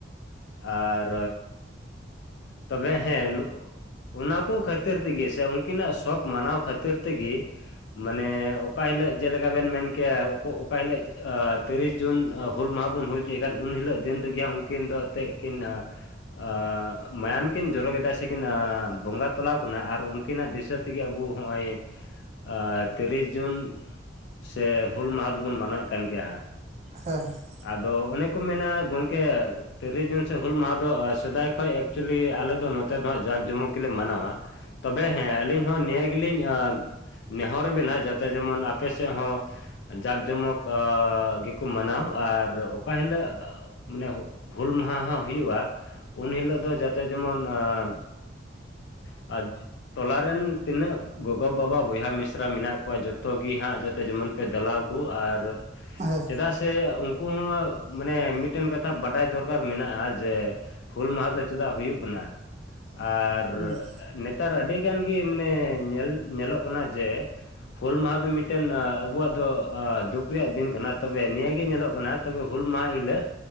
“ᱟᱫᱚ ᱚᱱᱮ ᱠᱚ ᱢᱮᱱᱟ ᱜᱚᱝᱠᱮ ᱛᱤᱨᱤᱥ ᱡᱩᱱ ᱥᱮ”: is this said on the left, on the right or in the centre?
Left